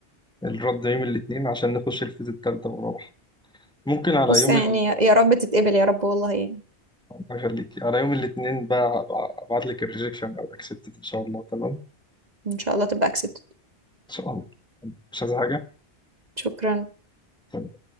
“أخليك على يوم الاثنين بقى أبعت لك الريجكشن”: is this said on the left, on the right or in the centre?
Centre